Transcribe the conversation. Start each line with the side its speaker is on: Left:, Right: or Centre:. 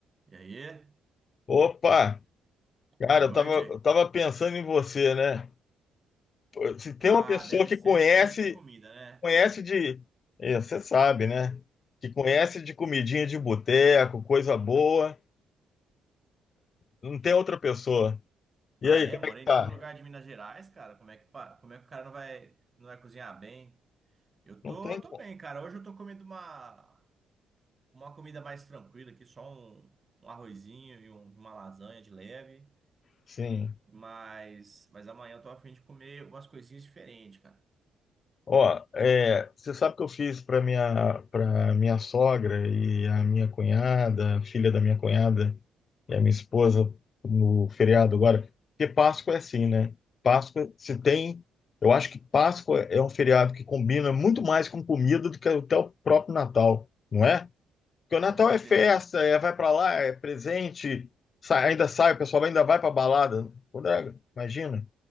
Right: E aí?
Left: Opa, cara,
Right: Boa noite.
Left: eu tava, eu tava pensando em você, né? Pô, Se tem
Right: Ah,
Left: uma pessoa
Right: deve
Left: que
Right: ser,
Left: conhece,
Right: deve ser comida, né?
Left: conhece de, é, você sabe, né? Que conhece de comidinha de boteco, coisa boa, não tem outra pessoa. E
Right: Ah,
Left: aí,
Right: é,
Left: como
Right: morei
Left: é que tá?
Right: em todo lugar de Minas Gerais, cara. Como é que, pa- como é que o cara não vai, não vai cozinhar bem? Eu
Left: Não
Right: tô,
Left: tem
Right: tô
Left: como.
Right: bem, cara. Hoje eu tô comendo uma, uma comida mais tranquila aqui, só um, um arrozinho e um- uma lasanha de leve.
Left: Sim.
Right: Mas, mas amanhã eu tô a fim de comer umas coisinhas diferentes, cara.
Left: Ó, é, você sabe que eu fiz para minha para minha sogra e a minha cunhada, a filha da minha cunhada e a minha esposa no feriado agora. Porque Páscoa é assim, né? Páscoa se tem, eu acho que Páscoa é um feriado que combina muito mais com comida do que até o próprio Natal, não é? Porque o Natal
Right: Com certeza.
Left: é festa, é vai para lá, é presente, sai- ainda sai, o pessoal ainda vai para balada. Quando é- imagina.